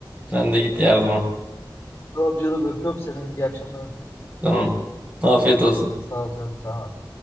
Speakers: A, on the right (about 20°); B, on the left (about 30°).
A: Sen de git yardıma.
B: Ne yapıyorum? Öpüyorum seni. İyi akşamlar.
A: Tamam. Afiyet olsun.
B: Sağ ol canım. Sağ ol.